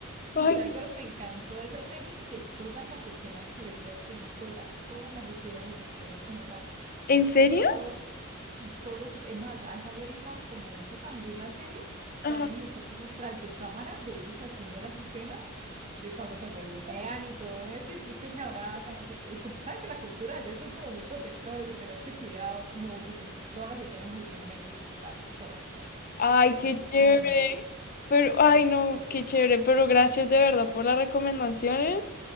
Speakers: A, on the right; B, on the left.
A: Y
B: Ay,
A: sabes qué es lo que me encantó de esa serie, que todas las escenas que ves de acción, todas, todas las hicieron los actores como tal. O
B: ¿en serio?
A: sea, todos, sí, todos, es más, han salido ahorita, como hizo tan boom la serie, salen
B: Ajá.
A: muchísimos tras de cámara de ellos haciendo las escenas, de cuando se golpean y todo eso, y después que se abrazan, no sé, eh, como sabes que la cultura ya son como muy protectores de tenerse cuidado, y no, pero las- todas las escenas las hicieron ellos totales, todas, todas.
B: Ay, qué
A: No usaron
B: chévere. Pero, ay, no, qué chévere. Pero gracias de verdad por las recomendaciones.